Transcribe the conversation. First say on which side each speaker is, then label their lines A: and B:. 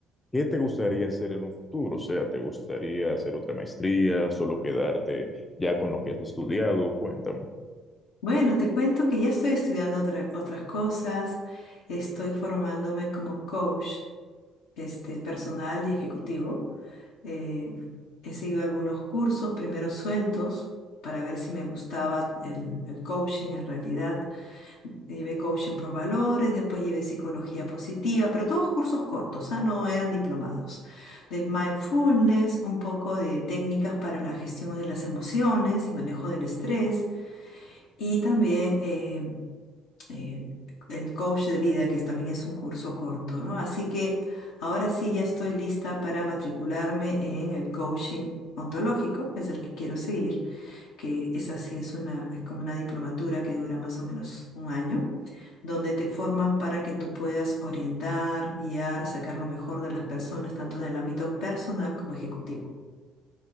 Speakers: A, on the left; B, on the left.
A: ¿Qué te gustaría hacer en un futuro? O sea, ¿te gustaría hacer otra maestría, solo quedarte ya con lo que has estudiado? Cuéntame.
B: Bueno, te cuento que ya estoy estudiando otra- otras cosas. Estoy formándome como coach, este, personal y ejecutivo. Eh, he seguido algunos cursos, primero sueltos, para ver si me gustaba el el coaching en realidad. Llevé coaching por valores, después llevé psicología positiva, pero todos cursos cortos, ah, no eran diplomados. De mindfulness, un poco de técnicas para la gestión de las emociones y manejo del estrés, y también eh, eh, el coach de vida, que es- también es un curso corto, ¿no? Así que ahora sí ya estoy lista para matricularme en el coaching. ontológico, que es el que quiero seguir, que esa sí es una, es como una diplomatura que dura más o menos un año donde te forman para que tú puedas orientar, guiar, sacar lo mejor de las personas, tanto en el ámbito personal como ejecutivo.